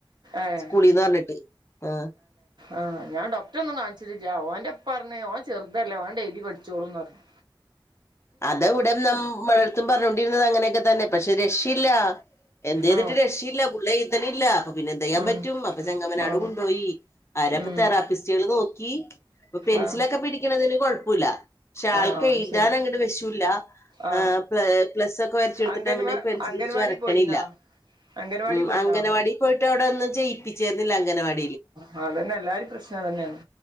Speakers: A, on the right; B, on the left.
A: ഏഹ്
B: സ്കൂളീന്ന് പറഞ്ഞിട്ട് ആ.
A: ആഹ് ഞാൻ ഡോകടെ ഒന്നും കാണിച്ചിട്ടില്ല ഓൻന്റെപ്പറഞ് ഓൻ ചെറുതല്ലേ ഒനണ്ട് എഴ്തി പഠിച്ചോളൂന്ന് റഞ്ഞ്.
B: അത് ഇവിടെന്നും മ്മളടത്തും പറഞ്ഞോണ്ടിരുന്നത് അങ്ങനെയൊക്കെ തന്നെ പക്ഷെ രക്ഷയില്ല എന്ത് ചെയ്തിട്ട്
A: ആ
B: രക്ഷയില്ല പുള്ള തനില്ല അപ്പൊ പിന്നെ എന്തെയ്യാൻ
A: ഉം
B: പറ്റും അപ്പൊ ചെങ്ങമ്മനാട്
A: ആ
B: കൊണ്ടോയി ആരപ്പൊ
A: ഉം
B: തെറാപ്പിസ്റ്റുകൾ നോക്കി ഇപ്പോ പെൻസിലൊക്കെ
A: ആ
B: പിടിക്കണതിന് കൊഴപ്പല്ല ക്ഷെ
A: ആ
B: ആൾക്ക് എഴുതാനങ്ങട്ട്
A: ശരി
B: നിശൂല്ല
A: ആ
B: ഏ പ്ലസ വരച്ചെടുത്തിട്ട്
A: അംഗൻവാ
B: അങ്ങ പെൻസിൽ
A: അംഗൻവാടി
B: പിടിച്ച് വരക്കണില്ല
A: പോയിന്നാ അംഗൻവാടി
B: ഉ
A: പോയിന്നാ
B: അംഗനവാടി പോയിട്ട് അവിടെന്നും ചെയ്യിപ്പിരുന്നില്ല അംഗൻവാടി
A: ആ അതന്നെ എല്ലാരും പ്രശ്നം അതന്നെയാണ്